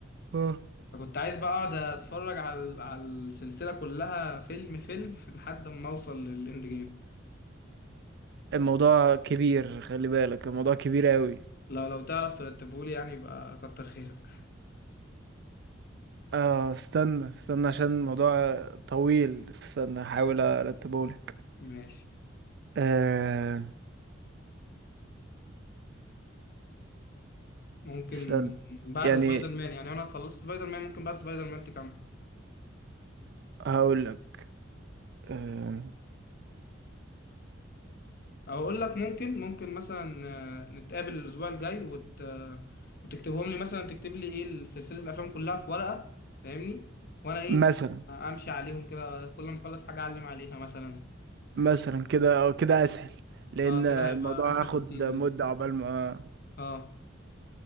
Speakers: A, on the right (about 60°); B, on the left (about 50°).
A: اه
B: فكنت عايز بقى اقعد اتفرج على على السلسله كلها فيلم فيلم <laughs> لحد ما اوصل للاند جيم
A: الموضوع كبير خلي بالك الموضوع كبير قوي
B: لو لو تعرف ترتبهولي يعني يبقى كتر خيرك
A: اه استنى استنى عشان الموضوع طويل استنى هحاول ارتبه لك
B: ماشي
A: آه
B: ممكن
A: استنى
B: من بعد
A: يعني
B: سبايدر مان يعني انا خلصت سبايدر مان ممكن بعد سبايدر مان تكمل
A: هقول لك آه
B: او اقول لك ممكن ممكن مثلا آه، نتقابل الاسبوع الجاي وت... آه، وتكتبهم لي مثلا تكتب لي ايه سلسله الافلام كلها في ورقه فاهمني وانا ايه
A: مثلا
B: امشي عليهم كده كل ما اخلص حاجه اعلم عليها مثلا
A: مثلا كده او كده اسهل لان
B: اه
A: الموضوع
B: كده هيبقى اسهل
A: هاخد
B: بكتير
A: مدة
B: بالنسبه لي
A: عقبال ما
B: اه